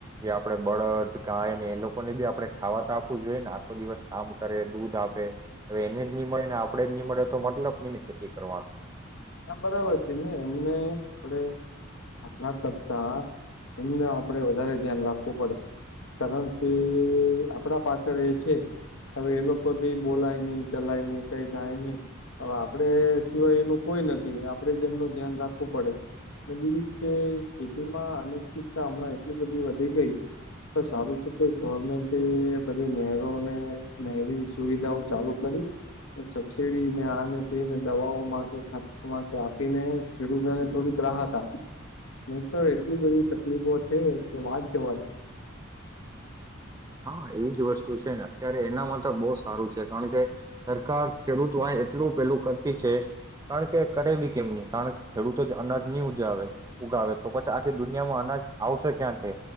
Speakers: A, on the right; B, on the left.
A: આપડે બળદ ગાય ને એ લોકોને બી આપણે ખાવાતા આપવું જોઈએ ને આખો દિવસ કામ કરે દૂધ આપે હવે એને જ નહી મળે ને આપણેે જ નહી મળે તો મતલબ કઈ ને ખેતી કરવાનો.
B: હા બરાબર છે ને એમને આપડે આપણા કરતા એમને આપડે વધારે ધ્યાન રાખવું પડે કારણ કે આપડા પાછળ એ છે હવે એ લોકોથી બોલાય નહી ચલાય નહી કઈ થાય નહી હવે આપણે સિવાય એનું કોઈ નથી આપણેે જેમનું ધ્યાન રાખવું પડે અને બીજું કે ખેતીમાં અનિશ્ચિતતા હમણાં એટલી બધી વધી ગઈ સારું છે કે ગવર્મેન્ટ બધી નહેરોને નહેરી સુવિધાઓ ચાલુ કરી સબસિડીને આને તેને દવાઓ માંગ હાથમાં કે આપીને ખેડૂતોને થોડીક રાહત આપી નહી તો એટલી બધી તકલીફો છે કે વાત જવા દયો.
A: હા એજ વસ્તુ છે ને અત્યારે એના માટે તો બહુ સારું છે કારણ કે સરકાર ખેડૂત આ એટલું પેલું કરતી છે કારણ કે કરે બી કેમ નહી કારણ કે ખેડૂતો જ અનાજ નહી ઉજાવે ઉગાવે તો પછી કે દુનિયામાં અનાજ આવશે ક્યાંથી?